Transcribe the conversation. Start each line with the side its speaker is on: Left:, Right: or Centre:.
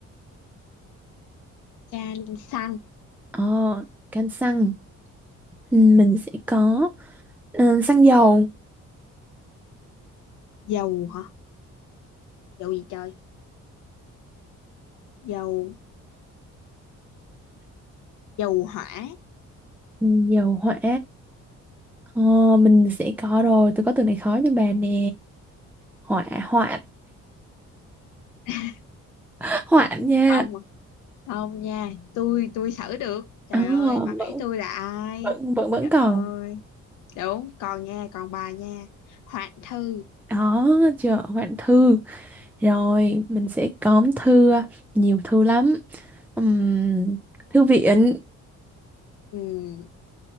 Left: can xăng.
Centre: ờ, kem xăng ừ, mình sẽ có ờ, xăng dầu
Left: Dầu hả? Dầu gì trời? Dầu, dầu hỏa.
Centre: ừ, dầu hỏa ờ, mình sẽ có rồi tôi có từ này khó cho bà nè hỏa hoạn
Left: <laughs>
Centre: <laughs> hoạn nha
Left: Không à. không nha tôi tôi xử được trời
Centre: ờ,
Left: ơi bà nghĩ
Centre: vẫn
Left: tôi là ai
Centre: vẫn vẫn vẫn
Left: trời ơi
Centre: còn
Left: đúng còn nha còn bà nha hoạn thư
Centre: đó chợ hoạn thư rồi mình sẽ có thư à, nhiều thư lắm Ừm, thư viện
Left: ừ,